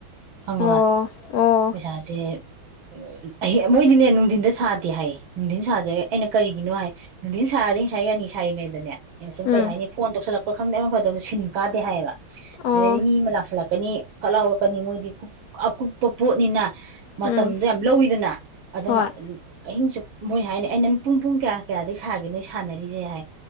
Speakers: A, on the right; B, on the left.
A: ꯈꯪꯉꯕ
B: ꯑꯣ ꯑꯣ
A: ꯄꯩꯁꯥꯁꯦ ꯎ ꯑꯍꯤ ꯃꯣꯏꯗꯤꯅꯦ ꯅꯨꯡꯊꯤꯟꯗ ꯁꯥꯗꯦ ꯍꯥꯏꯌꯦ ꯅꯨꯡꯊꯤꯟ ꯁꯥꯖꯦ ꯑꯩꯅ ꯀꯔꯤꯒꯤꯅꯣ ꯍꯥꯏ ꯅꯨꯡꯊꯤꯟ ꯁꯥꯔꯗꯤ ꯉꯁꯥꯏ ꯌꯥꯅꯤ ꯁꯥꯔꯤꯉꯩꯗꯅꯦ ꯑꯩꯅ ꯁꯨꯝ ꯀꯩ
B: ꯎꯝ
A: ꯍꯥꯏꯅꯤ ꯐꯣꯟ ꯇꯧꯁꯜꯂꯛꯄ ꯈꯪꯗꯦ ꯑꯃ ꯈꯔ ꯇꯩꯁꯜꯂꯛ ꯁꯤꯟ ꯀꯥꯗꯦ ꯍꯥꯏꯌꯦꯕ
B: ꯑꯣ
A: ꯑꯗꯩꯗꯤ ꯃꯤ ꯑꯃ ꯂꯥꯛꯁꯜꯂꯛꯀꯅꯤ ꯐꯠꯂꯥꯎ ꯍꯧꯒꯠꯀꯅꯤ ꯃꯣꯏꯗꯤ ꯑꯀꯨꯞꯄ ꯄꯣꯠꯅꯤꯅ ꯃꯇꯝꯗꯣ
B: ꯎꯝ
A: ꯌꯥꯝ ꯂꯧꯋꯤꯗꯅ ꯑꯗꯨꯅ
B: ꯍꯣꯏ
A: ꯑꯍꯤꯡꯁꯨꯛ ꯃꯣꯏ ꯍꯥꯏꯅꯤ ꯑꯩꯅ ꯄꯨꯡ ꯄꯨꯡ ꯀꯌꯥ ꯀꯌꯥꯗꯒꯤ ꯁꯥꯒꯦ ꯅꯣꯏ ꯁꯥꯟꯅꯔꯤꯁꯦ ꯍꯥꯏ